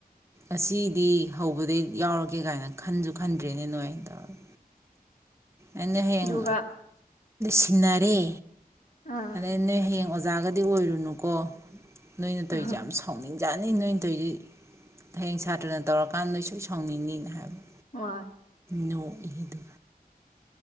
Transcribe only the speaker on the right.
ꯑꯁꯤꯗꯤ ꯍꯧꯕꯗꯩ ꯌꯥꯎꯔꯒꯦ ꯀꯥꯏꯅ ꯈꯟꯁꯨ ꯈꯟꯗ꯭ꯔꯦꯅꯦ ꯅ ꯑ ꯇꯧꯔꯒ ꯑꯩꯅ ꯍꯌꯦꯡ
ꯁꯤꯟꯅꯔꯦ
ꯑꯗ ꯍꯌꯦꯡ ꯑꯣꯖꯥꯒꯗꯤ ꯑꯣꯏꯔꯨꯅꯨꯀꯣ ꯅꯣꯏꯅ ꯇꯧꯔꯤꯁꯦ
ꯌꯥꯝ ꯁꯥꯎꯅꯤꯡ ꯌꯥꯅꯤ ꯅꯣꯏꯅ ꯇꯧꯔꯤꯁꯤ ꯍꯌꯦꯡ ꯁꯥꯇ꯭ꯔꯅ ꯇꯧꯔꯀꯥꯟꯗ ꯅꯣꯏ ꯁꯣꯏ ꯁꯥꯎꯅꯤꯡꯅꯤꯤꯅ ꯍꯥꯏꯕꯅꯤ
ꯅꯣꯛꯏ ꯑꯗꯨꯒ